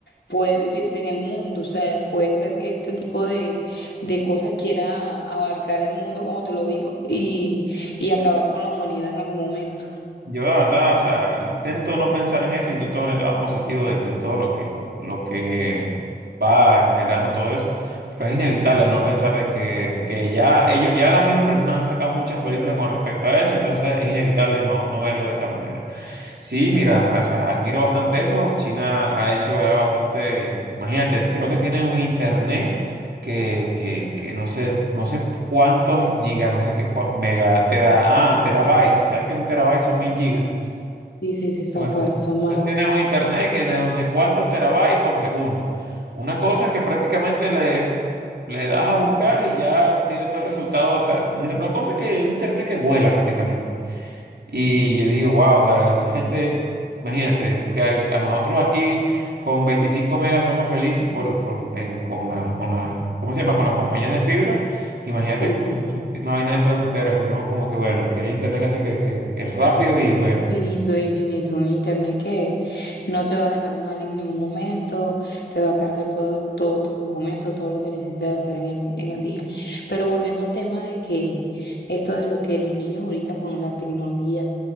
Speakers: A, on the left; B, on the right.
A: puede vivirse en el mundo. O sea, puede ser que este tipo de, de cosas quiera abarcar el mundo, como te lo digo, y, y acabar con la humanidad en algún momento.
B: Yo la verdad, o sea, intento no pensar en eso, intento ver el lado positivo de, de todo lo que, lo, lo que va generando todo eso, pero es inevitable no pensar de que, que ya ellos, ya las mismas personas han sacado muchas películas con respecto a eso, entonces es inevitable no, no verlo de esa manera. Sí, mira, ma- o sea, admiro bastante eso. China ha hecho ya bastante, imagínate, creo que tienen un internet que, que, que no sé, no sé cuántos gigas, no sé qué, cua- mega, tera, ah, terabyte, ¿sabes que un terabyte son mil gigas?
A: Sí, sí, sí, son
B: Bueno,
A: fuertes, son más.
B: Ellos tienen un internet que de no sé cuántos terabytes por segundo. Una cosa que prácticamente le, le das a buscar y ya tienes todo el resultado. O sea, mira, una cosa que un internet que vuela prácticamente. Y yo digo, wow, o sea, esa gente, imagínate, que a a nosotros aquí con 25 megas somos felices por, por- en- con las, con las, ¿cómo se llama? Con las compañías de fibra. Imagínate
A: Sí,
B: con
A: sí, sí.
B: una vaina de esa de un tera, que uno como que, bueno, tiene internet casi que, que, que es rápido y bueno,
A: Infinito, infinito. Un internet que no te va a dejar mal en ningún momento, te va a cargar todo, todos tus documentos, todo lo que necesites hacer en el, en el día. Pero volviendo al tema de que esto de lo que los niños ahorita con la tecnología